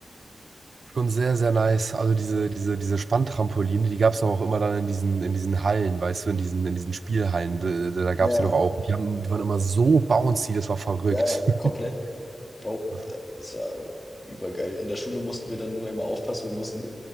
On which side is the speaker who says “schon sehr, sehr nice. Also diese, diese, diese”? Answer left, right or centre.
Right